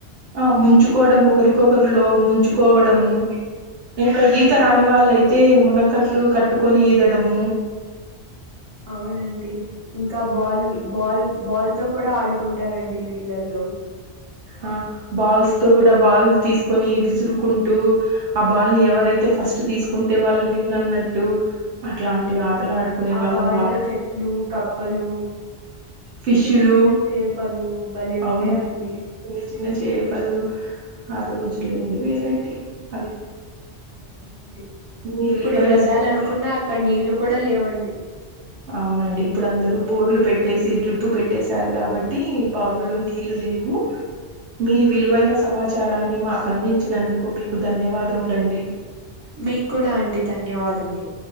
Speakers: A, on the right; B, on the right.
A: ఆ మంచుకోవడం ఒకరికొకరు లో ముంచుకోవడము
B: అవునండి
A: మేక ఈత రాని వాళ్ళయితే మునక్కట్లు కట్టుకొని ఈదడము
B: అవునండి ఇంకా బాల్లు బాల్ బాల్ తో కూడా ఆడుకుంటారండి నీళ్ళల్లో
A: అ బల్స్తో కూడా బాల్ తీసుకొని
B: ఉ
A: విసురుకుంటూ
B: అవునండి
A: ఆ బాల్ని ఎవరైతే ఫస్ట్ తీసుకుంటే వాళ్ళు విన్న్ అన్నట్టు అట్లాంటి
B: ఆ
A: ఆటలు ఆడుకునే
B: ఆ
A: వాళ్ళం
B: బావిలో
A: వా
B: చెట్లు కప్పలు
A: ఫిష్లు
B: చిన్న చిన్న చేపలు బలే ఉండేవండి
A: అవును చిన్న చిన్న చేపలు ఆరోజులే వేరండి అవి
B: అవునండి
A: మీ
B: ఇప్పుడు
A: విలువైన
B: వెళ్ళాలనుకున్న
A: సమాచారం
B: అక్కడ నీళ్లు కూడా లేవండి
A: అవునండి ఇప్పుడు అందరుూ బోర్లు పెట్టేసి డ్రిప్ పెట్టేశారు కాబట్టి బవుల్లో నీళ్ళు లేవు మీ విలువైన సమాచారాన్ని మాకు అందించినందుకు మీకు ధన్యవాదములండి
B: మీకూడా అండి ధన్యవాదములు